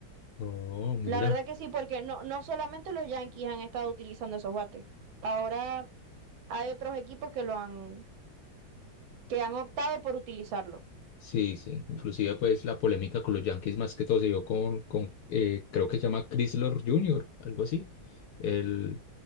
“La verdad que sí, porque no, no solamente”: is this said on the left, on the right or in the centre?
Right